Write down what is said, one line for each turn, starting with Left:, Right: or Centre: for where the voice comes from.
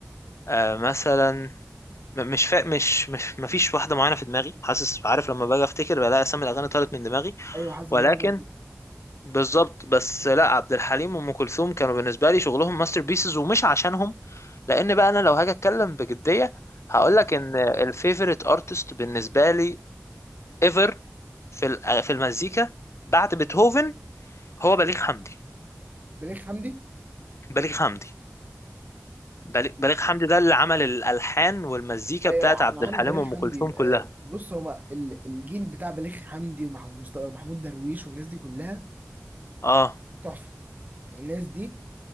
Left: آه مثلا م- مش فا... مش مش مفيش واحده معينه في دماغي حاسس عارف لما باجي افتكر بلاقي اسامي الاغاني طارت من دماغي
Right: ايوه حظا
Left: ولكن
Right: انا برضه
Left: بالظبط بس لا عبد الحليم وام كلثوم كانوا بالنسبه لي شغلهم ماستر بيسز ومش عشانهم لان بقى انا لو هاجي اتكلم بجديه هقول لك ان الفيفوريت ارتست بالنسبه لي ايفر في ال- في المزيكا بعد بيتهوفن هو بليغ حمدي
Right: بليغ حمدي
Left: بليغ حمدي بليغ بليغ حمدي ده اللي عمل الالحان والمزيكا
Right: ايوه
Left: بتاعت
Right: لا
Left: عبد
Right: انا عارف
Left: الحليم
Right: بليغ
Left: وام
Right: حمدي
Left: كلثوم كلها
Right: آه، بص هما ال- الجيل بتاع بليغ حمدي ومحمود مست- محمود درويش والناس دي كلها
Left: اه
Right: تحفه الناس دي